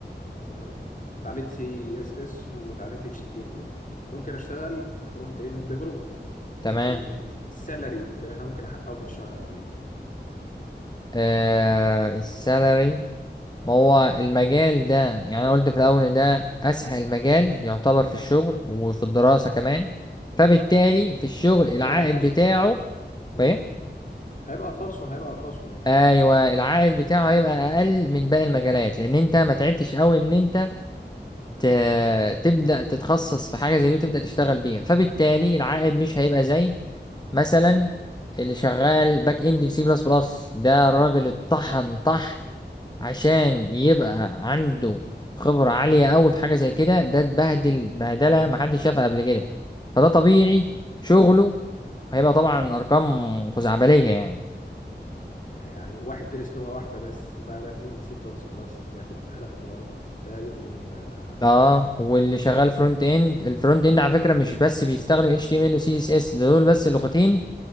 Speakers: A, on the left; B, on the left.
A: تمام وتعلمت سي اس اس وتعلمت اتش تي ام ال ممكن اشتغل فرونت اند ديفلوبر
B: تمام
A: السالري اللي انا ممكن احققه في الشهر قد ايه
B: آه السالري ما هو المجال ده يعني انا قلت في الاول ان ده اسهل مجال يعتبر في الشغل وفي الدراسه كمان فبالتالي في الشغل العائد
A: هيبقى ارخصهم
B: بتاعه
A: امم
B: فاهم
A: هيبقى ارخصهم هيبقى ارخصهم يعني
B: ايوه العائد بتاعه هيبقى اقل من باقي المجالات لان انت ما تعبتش قوي ان انت ت... تبدا تتخصص في حاجه زي دي وتبدا تشتغل بيها فبالتالي العائد مش هيبقى زي مثلا اللي شغال باك اند بسي بلس بلس ده الراجل اتطحن طحن عشان يبقى عنده خبرة عالية قوي في حاجة زي كده ده اتبهدل بهدلة محدش شافها قبل كده فده طبيعي شغله هيبقى طبعا أرقام خزعبلية يعني
A: يعني واحد درس لغة واحدة بس وبقى باك اند سي بلس بلس ياخد آلاف الدولارات ده يرضي مين ده يا عالم
B: اه واللي شغال فرونت اند الفرونت اند على فكرة مش بس بيستخدم HTML و CSS ده دول بس لغتين